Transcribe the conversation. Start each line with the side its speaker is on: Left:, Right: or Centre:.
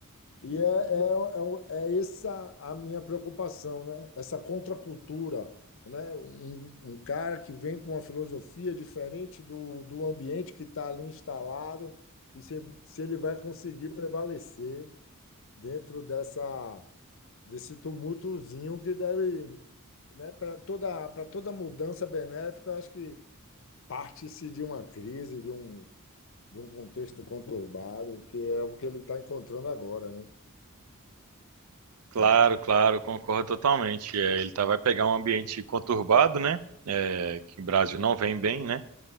Left: E é, é, é, o- é essa a minha preocupação, né? Essa contracultura, né? Um, um cara que vem com uma filosofia diferente do, do ambiente que está ali instalado e se, se ele vai conseguir prevalecer dentro dessa, desse tumultozinho que deve, né? Para toda, para toda mudança benéfica, eu acho que parte-se de uma crise, de um, de um contexto conturbado, que é o que ele está encontrando agora, né?
Right: Claro,
Left: Mas
Right: claro, concordo totalmente. É, ele tá, vai pegar um ambiente conturbado, né? É, que o Brasil não vem bem, né?